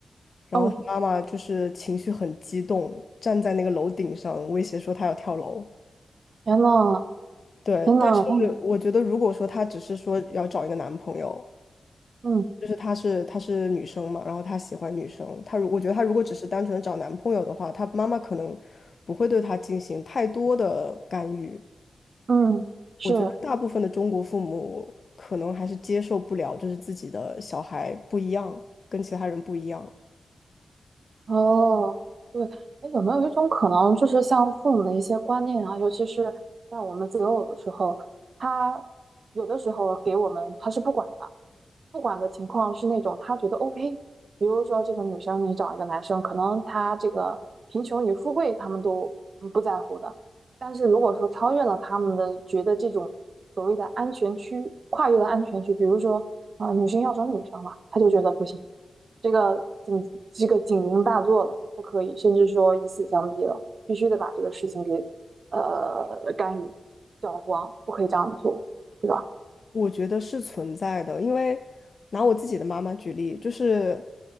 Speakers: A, on the left; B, on the right.
A: 然后他妈妈就是情绪很激动，
B: 哦，
A: 站在那个楼顶上威胁说他要跳楼。
B: 天呐
A: 对，
B: 天呐，
A: 但是我觉得如果说他只是说要找一个男朋友，
B: 嗯嗯
A: 就是她是她是女生嘛，然后她喜欢女生，她如我觉得她如果只是单纯的找男朋友的话，她妈妈可能不会对她进行太多的干预。
B: 嗯，是。
A: 我觉得大部分的中国父母可能还是接受不了，就是自己的小孩不一样，跟其他人不一样。
B: 哦，对，哎，有没有一种可能，就是像父母的一些观念啊，尤其是在我们择偶的时候，他有的时候给我们他是不管的，不管的情况是那种他觉得 OK，比如说这个女生你找一个男生，可能他这个贫穷与富贵他们都嗯不在乎的，但是如果说超越了他们的觉得这种所谓的安全区，跨越了安全区，比如说啊、呃女生要找女生了，他就觉得不行。这个警这个警铃大作了，不可以，甚至说以死相逼了，必须得把这个事情给呃干预、搅黄，不可以这样做，对吧？
A: 我觉得是存在的，因为拿我自己的妈妈举例，就是